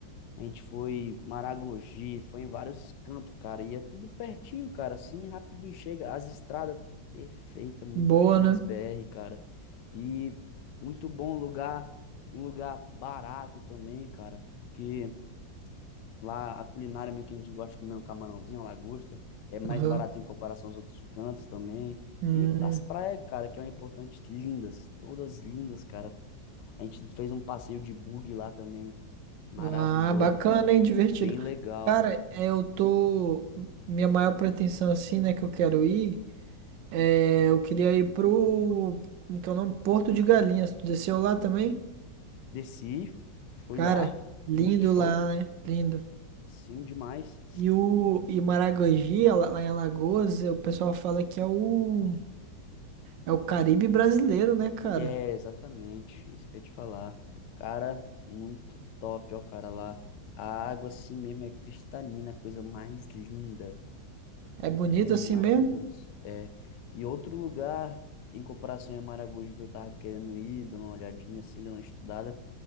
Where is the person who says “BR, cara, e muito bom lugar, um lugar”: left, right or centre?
Left